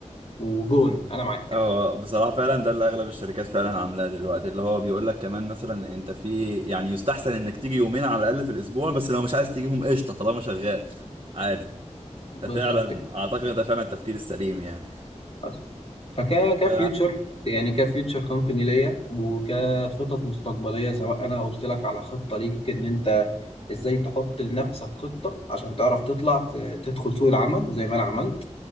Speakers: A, on the left; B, on the right.
A: وجون انا معاك
B: اه بصراحه فعلا ده اللي اغلب الشركات فعلا عاملاه دلوقتي اللي هو بيقول لك كمان مثلا انت في يعني يستحسن انك تيجي يومين على الاقل في الاسبوع بس لو مش عايز تجيهم قشطه طالما شغال عادي
A: بالظبط
B: ففعلا اعتقد ده فعلا التفكير السليم يعني
A: أصلاً. فك
B: ف
A: كفيوتشر يعني كفيوتشر كومباني ليا وكخطط مستقبليه سواء انا قلت لك على خطه ليك ان انت ازاي تحط لنفسك خطه عشان تعرف تطلع ت- تدخل سوق العمل زي ما انا عملت